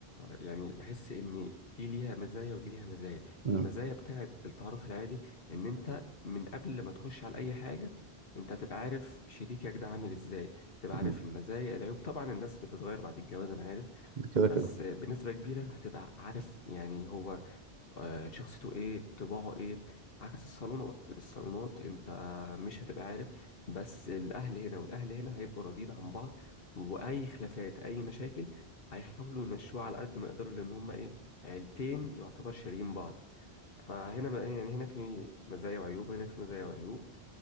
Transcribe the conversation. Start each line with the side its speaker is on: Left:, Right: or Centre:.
Left: يعني بحس إن دي ليها مزايا ودي ليها مزايا
Right: مم،
Left: المزايا بتاعت التعارف العادي إن أنت من قبل ما تخش على أي حاجة أنت هتبقى عارف شريكك ده عامل إزاي تبقى عارف
Right: مم.
Left: المزايا العيوب طبعا الناس بتتغير بعد الجواز أنا عارف
Right: ده كده
Left: بس
Right: كده
Left: بنسبة كبيرة هتبقى عارف يعني هو آه، شخصيته ايه طباعه ايه عكس الصالونات الصالونات انت مش هتبقى عارف بس الاهل هنا والاهل هنا هيبقوا راضيين عن بعض واي خلافات اي مشاكل هيحاولوا يمشوها على قد ما يقدروا لان هما ايه عيلتين يعتبر شاريين بعض فهنا ما- يعني هنا في مزايا وعيوب وهنا في مزايا وعيوب